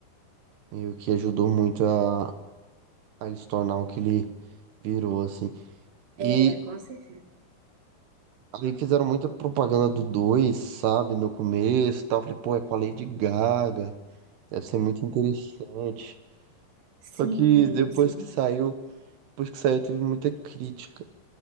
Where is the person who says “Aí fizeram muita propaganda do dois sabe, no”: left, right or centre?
Right